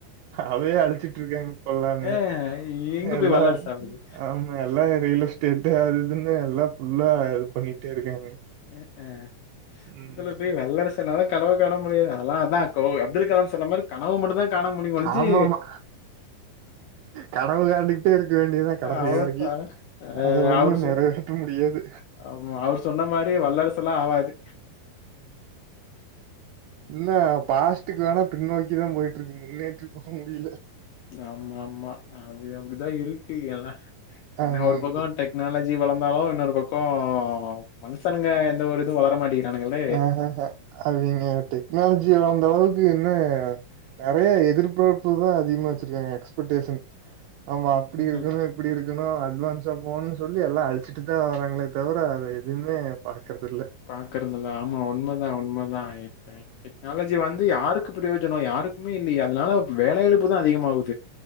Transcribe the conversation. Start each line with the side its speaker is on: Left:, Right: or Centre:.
Right: அதே அழிச்சிட்டு இருக்காங் இப்ப எல்லாமே
Left: ஆ எங்க போய்
Right: எல்லா
Left: வல்லரசு ஆவுறது?
Right: ஆமா எ எல்லா ரியல் எஸ்டேட்டு அது இதுன்னு எல்லா ஃபுல்லா இது பண்ணிட்டே இருக்காங்க
Left: அ அ
Right: ம்.
Left: இதுல போய் வல்லரசு இத்தன்நாளா கனவு கான முடியாது அதலா அதா கோ அப்துல் கலாம் சொன்ன மாரி கனவு மட்டு தா காண முடியுமே ஒழிஞ்சி
Right: ஆமாமா. கனவு காண்டுகிட்டே இருக்க வேண்டியதா கடைசி
Left: அவ்வளோதான்.
Right: வரைக்கு
Left: அ
Right: அது ஒண்ணு
Left: அவரு சொ
Right: நெறைவே த்த முடியாது
Left: ஆமா அவர் மாரி வல்லரசு லா ஆவாது
Right: என்னா பாஸ் ட்டுக்கு வேணா பின்னோக்கி தா போயிட்டு இருக்கு முன்னேற்றி போ முடியல
Left: ஆமா ஆமா அது அப்டிதா இருக்கு எல்லா
Right: ஆமாங்க
Left: என்ன ஒரு பக்கோ
Right: சார்.
Left: ட டெக்னாலஜி வளந்தாலு இன்னொரு பக்கோ மனுஷனுங்க எந்த ஒரு இதுவு வளர மாட்டிங்குறானுங்கள
Right: அ ஹ ஹ அவிங்க அட்டி டெக்னாலஜி வளந்த அளவுக்கு என்ன நறைய எதிர்பார்ப்பு தா அதிகமா வச்சிருக்காங்க எக்ஸ்பட்டேசன் ஆமா அப்டி இருக்குன்னு
Left: ம்.
Right: இப்பிடி இருக்கணு அட்வான்ஸா போணுன் சொல்லி எல்லா அழிச்சிட்டு தா வாரங்களே தவிர அத எதுமே பாக்கறதில்ல
Left: பாக்கறதில்ல ஆமா உண்மதா உண்மதா ஆ இப்ப டெக்னாலஜி வந்து யாருக்கு பிரயோஜனோ யாருக்குமே இல்லையே அதனால வேல இழப்பு தா அதிகமாது